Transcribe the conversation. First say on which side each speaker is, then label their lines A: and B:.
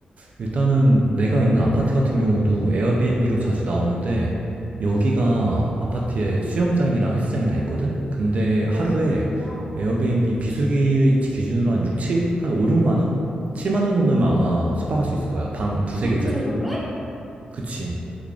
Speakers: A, on the right (about 50°); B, in the centre.
A: 일단은 내가 있는 아파트 같은 경우도 에어비앤비로 자주 나오는데 여기가
B: 응.
A: 아파트에 수영장이랑 헬스장이 다 있거든? 근데 하루에
B: 오, 좋다.
A: 에어비앤비
B: 응.
A: 비수기 기준으로 한 6, 7? 한 5, 6만 원? 7만 원 정도면 아마 숙박할 수 있을 거야. 방 두세
B: 그렇게
A: 개짜리?
B: 저렴해?
A: 그치.